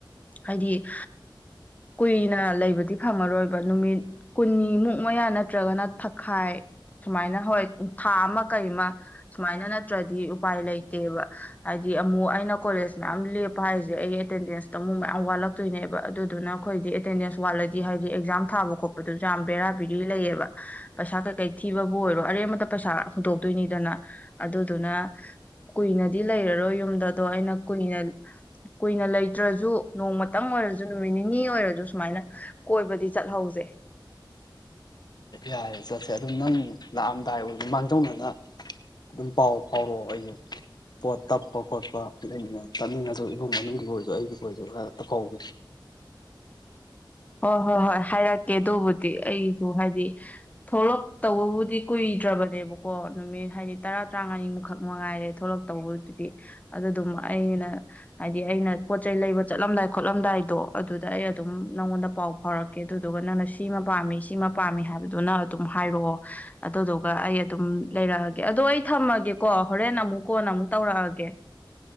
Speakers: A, on the left; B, on the left.
A: ꯍꯥꯏꯗꯤ ꯀꯨꯏꯅ ꯂꯩꯕꯗꯤ ꯐꯪꯉꯔꯣꯏꯕ ꯅꯨꯃꯤꯠ ꯀꯨꯟꯅꯤꯃꯨꯛ ꯃꯌꯥ ꯅꯠꯇ꯭ꯔꯒꯅ ꯊꯥꯈꯥꯏ ꯁꯨꯃꯥꯏꯅ ꯍꯣꯏ ꯊꯥ ꯑꯃ ꯀꯩ ꯑꯃ ꯁꯨꯃꯥꯏꯅ ꯅꯠꯇ꯭ꯔꯗꯤ ꯎꯄꯥꯏ ꯂꯩꯇꯦꯕ ꯍꯥꯏꯗꯤ ꯑꯃꯨꯛ ꯑꯩꯅ ꯀꯣꯂꯦꯖ ꯌꯥꯝ ꯂꯦꯞꯄ ꯍꯥꯏꯁꯦ ꯑꯩ ꯑꯦꯇꯦꯟꯗꯦꯟꯁꯇ ꯑꯃꯨꯛ ꯃꯌꯥꯝ ꯋꯥꯠꯂꯛꯇꯣꯏꯅꯦꯕ ꯑꯗꯨꯗꯨꯅ ꯑꯩꯈꯣꯏꯗꯤ ꯑꯦꯇꯦꯟꯗꯦꯟꯁ ꯋꯥꯠꯂꯗꯤ ꯍꯥꯏꯗꯤ ꯑꯦꯛꯖꯥꯝ ꯊꯥꯕ ꯈꯣꯠꯄꯗꯨꯁꯨ ꯌꯥꯝ ꯕꯦꯔꯥ ꯕꯦꯔꯤ ꯂꯩꯌꯦꯕ ꯄꯩꯁꯥ ꯀꯩꯀꯩ ꯊꯤꯕꯕꯨ ꯑꯣꯏꯔꯣ ꯑꯔꯦꯝꯕꯇ ꯄꯩꯁꯥ ꯍꯨꯟꯗꯣꯛꯇꯣꯏꯅꯤꯗꯅ ꯑꯗꯨꯗꯨꯅ ꯀꯨꯏꯅꯗꯤ ꯂꯩꯔꯔꯣꯏ ꯌꯨꯝꯗ ꯗꯣ ꯑꯩꯅ ꯀꯨꯏꯅ ꯀꯨꯏꯅ ꯂꯩꯇ꯭ꯔꯖꯨ ꯅꯣꯡꯃꯇꯪ ꯑꯣꯏꯔꯖꯨ ꯅꯨꯃꯤꯠ ꯅꯤꯅꯤ ꯑꯣꯏꯔꯖꯨ ꯁꯨꯃꯥꯏꯅ ꯀꯣꯏꯕꯗꯤ ꯆꯠꯍꯧꯖꯦ
B: ꯌꯥꯏꯔꯦ ꯆꯠꯁꯦ ꯑꯗꯨꯝ ꯅꯪ ꯂꯥꯛꯑꯝꯗꯥꯏ ꯑꯣꯏꯗꯤ ꯃꯥꯡꯖꯧꯅꯅ ꯑꯗꯨꯝ ꯄꯥꯎ ꯐꯥꯎꯔꯛꯑꯣ ꯑꯩꯖꯦ ꯄꯣꯠ ꯇꯞꯄ ꯈꯣꯠꯄ ꯂꯩꯅꯤꯡꯉ ꯇꯞꯅꯤꯡꯉꯖꯨ ꯏꯃꯨꯡ ꯃꯅꯨꯡꯒꯤ <inaudible> ꯑꯣꯏꯖꯨ ꯑꯩꯒꯤꯕꯨ ꯑꯣꯏꯖꯨ ꯈ ꯇꯞꯐꯧꯒꯦ
A: ꯍꯣꯏ ꯍꯣꯏ ꯍꯣꯏ ꯍꯥꯏꯔꯛꯀꯦ ꯑꯗꯨꯕꯨꯗꯤ ꯑꯩꯁꯨ ꯍꯥꯏꯗꯤ ꯊꯣꯂꯛꯇꯧꯕꯕꯨꯗꯤ ꯀꯨꯏꯗ꯭ꯔꯕꯅꯦꯕꯀꯣ ꯅꯨꯃꯤꯠ ꯍꯥꯏꯗꯤ ꯇꯔꯥ ꯇꯔꯥꯉꯥꯅꯤꯃꯨꯈꯛ ꯃꯉꯥꯏꯔꯦ ꯊꯣꯛꯂꯛꯇꯧꯕꯗꯨꯗꯤ ꯑꯗꯨꯗꯨꯝ ꯑꯩꯅ ꯍꯥꯏꯗꯤ ꯑꯩꯅ ꯄꯣꯠ ꯆꯩꯩ ꯂꯩꯕ ꯆꯠꯂꯝꯗꯥꯏ ꯈꯣꯠꯂꯝꯗꯥꯏꯗꯣ ꯑꯗꯨꯗ ꯑꯩ ꯑꯗꯨꯝ ꯅꯪꯉꯣꯟꯗ ꯄꯥꯎ ꯐꯥꯎꯔꯛꯀꯦ ꯑꯗꯨꯗꯨꯒ ꯅꯪꯅ ꯁꯤꯃ ꯄꯥꯝꯃꯤ ꯁꯤꯃ ꯄꯥꯝꯃꯤ ꯍꯥꯏꯕꯗꯨꯅ ꯑꯗꯨꯝ ꯍꯥꯏꯔꯛꯑꯣ ꯑꯗꯨꯗꯨꯒ ꯑꯩ ꯑꯗꯨꯝ ꯂꯩꯔꯛꯑꯒꯦ ꯑꯗꯣ ꯑꯩ ꯊꯝꯃꯒꯦꯀꯣ ꯍꯣꯔꯦꯟ ꯑꯃꯨꯛ ꯀꯣꯟ ꯑꯃꯨꯛ ꯇꯧꯔꯛꯑꯒꯦ